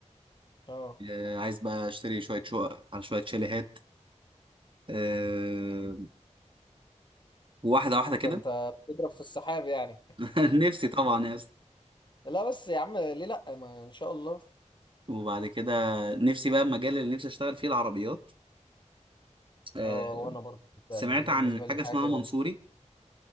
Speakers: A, on the left; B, on the right.
A: اه
B: آه، عايز بقى اشتري شويه شقق على شويه شاليهات آه، واحده واحده
A: ده
B: كده
A: انت بتضرب في السحاب يعني
B: <laughs> نفسي طبعا يا اسطى
A: <laughs> لا بس يا عم ليه لا ما ان شاء الله
B: وبعد كده نفسي بقى المجال اللي نفسي اشتغل فيه العربيات آه،
A: اه وانا برضه
B: سمعت
A: يعني دي بالنسبه
B: عن حاجه
A: لي حاجه
B: اسمها منصوري